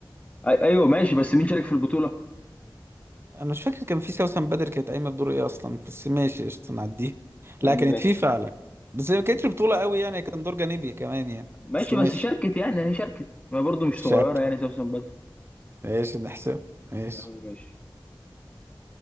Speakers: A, on the left; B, on the right.
A: أي- ايوه ماشي بس مين شارك في البطولة
B: أنا مش فاكر كان في سوسن بدر كانت قايمة بدور إيه أصلا بس ماشي قشطة نعديه
A: يا
B: لا
A: عم
B: كانت
A: ماشي
B: في فعلا بس هي ما كانتش بطولة قوي يعني كان دور جانبي كمان يعني
A: ماشي
B: بس ماشي
A: بس شاركت يعني هي شاركت ما برضه مش
B: مش
A: صغيرة
B: عارف.
A: يعني سوسن بدر
B: ماشي نحسب ماشي
A: يا عم ماشي